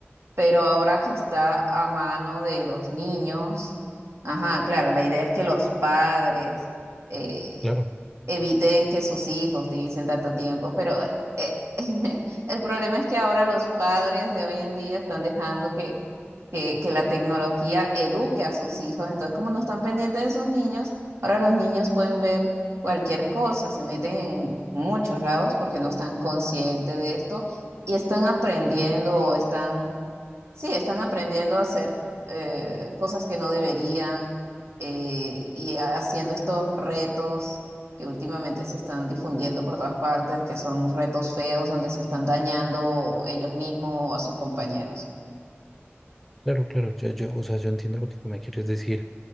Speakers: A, on the right; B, in the centre.
A: Pero ahora que está a mano de los niños, ajá, claro, la idea es que los padres eh,
B: Claro.
A: eviten que sus hijos utilicen tanto tiempo, pero eh, <laughs> el problema es que ahora los padres de hoy en día están dejando que que, que la tecnología eduque a sus hijos. Entonces, como no están pendientes de sus niños, ahora los niños pueden ver cualquier cosa, se meten en muchos lados porque no están conscientes de esto y están aprendiendo o están, sí, están aprendiendo a hacer eh, cosas que no deberían eh, y haciendo estos retos. que últimamente se están difundiendo por todas partes, que son retos feos donde se están dañando ellos mismos o a sus compañeros.
B: Claro, claro, yo, yo, o sea, yo entiendo lo que tú me quieres decir,